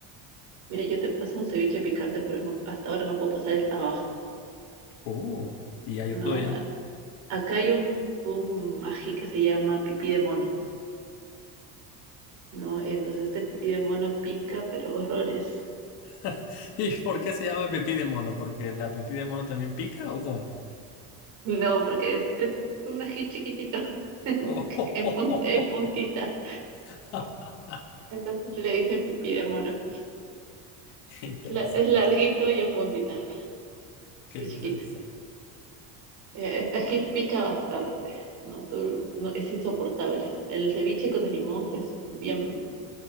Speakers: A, on the right; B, on the left.
A: Mire, yo te paso un ceviche picante, pero no, hasta ahora no puedo pasar el tabasco,
B: Uh, y ya yo
A: ¿no?
B: todavía.
A: Acá hay un, un ají que se llama pipí de mono, ¿no? Entonces este pipí de mono pica, pero horrores.
B: <laughs> ¿Y por qué se llama pipí de mono? ¿Porque la pipí de mono también pica o cómo?
A: No, porque es, es un ají chiquitito, <laughs>
B: Oh,
A: en, pun- en puntita.
B: <laughs>
A: Entonces le dicen pipí de mono.
B: Qué interesante,
A: La- es larguito y en puntita,
B: qué
A: y
B: interesante.
A: chiquito. Mira, Esta que pica bastante, ¿no? Tú- no, es insoportable. El ceviche con el limón es bien,